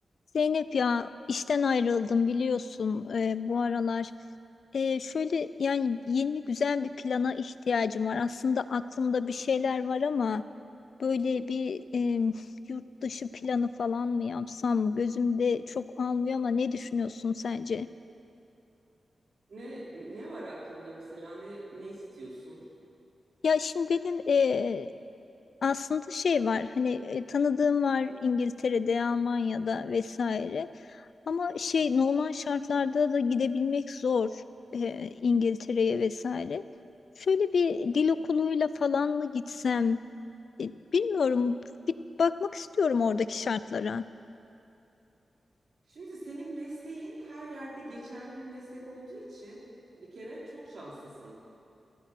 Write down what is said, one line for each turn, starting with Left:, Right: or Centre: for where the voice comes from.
Left: Zeynep ya işten ayrıldım biliyorsun e, bu aralar. E, şöyle yani yeni güzel bir plana ihtiyacım var. Aslında aklımda bir şeyler var ama böyle bir e, yurt dışı planı falan mı yapsam gözümde çok almıyor ama ne düşünüyorsun sence?
Right: Ne ne var aklında mesela ne ne istiyorsun?
Left: Ya şimdi benim e, Aslında şey var hani e, tanıdığım var İngiltere'de, Almanya'da vesaire. Ama şey normal şartlarda da gidebilmek zor e, İngiltere'ye vesaire. Şöyle bir dil okuluyla falan mı gitsem E, bilmiyorum bir bakmak istiyorum oradaki şartlara.
Right: Şimdi senin mesleğin her yerde geçerli bir meslek olduğu için bir kere çok şanslısın.